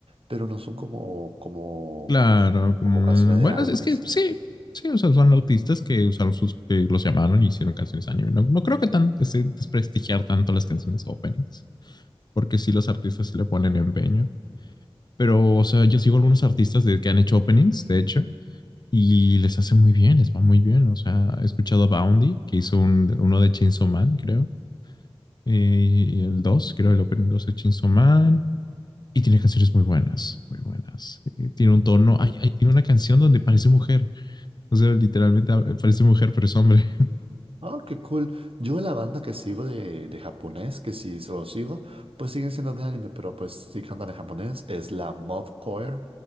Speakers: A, on the right (about 70°); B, on the left (about 45°).
A: pero no son como, como,
B: Claro, como,
A: como canciones de
B: bueno,
A: álbumes.
B: es que sí, sí, o sea, son artistas que usaron sus, que los llamaron y hicieron canciones anime. No, no creo que tan ese- desprestigiar tanto las canciones openings, porque sí los artistas sí le ponen empeño. Pero, o sea, yo sigo algunos artistas de, que han hecho openings, de hecho, y les hace muy bien, les va muy bien. O sea, he escuchado a Boundy, que hizo un- uno de Chainsaw Man, creo, eh, y el 2, creo, el opening 2 de Chainsaw Man. Y tiene canciones muy buenas, muy buenas. Y tiene un tono, ay, ay, tiene una canción donde parece mujer. O sea, literalmente hab- parece mujer, pero es hombre.
A: Oh, qué cool. Yo la banda que sigo de, de japonés, que sí lo sigo, pues siguen siendo de anime, pero pues sí cantan en japonés, es la Mob Choir,